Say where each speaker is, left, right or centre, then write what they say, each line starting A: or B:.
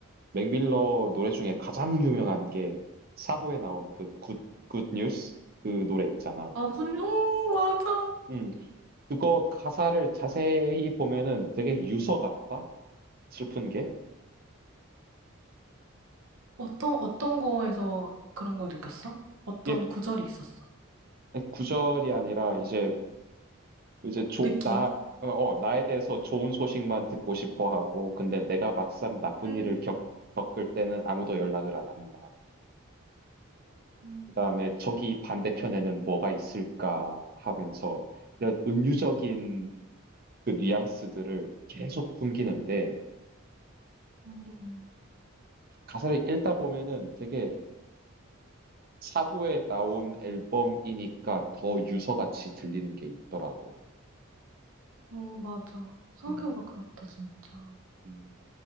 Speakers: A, on the right; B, on the right.
A: 맥밀러 노래 중에 가장 유명한 게 사호에 나온 그 굿, 굿 뉴스 그 노래 있잖아.
B: 어, 군요, 맞아.
A: 음, 그거 가사를 자세히 보면은 되게 유서 같다? 슬픈 게?
B: 어떤, 어떤 거에서 그런 걸 느꼈어? 어떤
A: 이게
B: 구절이 있었어?
A: 구절이 아니라 이제, 이제 조,
B: 느낌이?
A: 나, 어, 어, 나에 대해서 좋은 소식만 듣고 싶어 하고, 근데 내가 막상 나쁜
B: 음,
A: 일을 겪, 겪을 때는 아무도 연락을 안 한다고,
B: 음,
A: 그다음에 저기 반대편에는 뭐가 있을까 하면서 이런 은유적인 그 뉘앙스들을 계속 풍기는데
B: 음, 음.
A: 가사를 읽다 보면은 되게 사후에 나온 앨범이니까 더 유서같이 들리는 게 있더라고.
B: 어, 맞아. 생각해보니까
A: 음,
B: 그렇다, 진짜.
A: 음.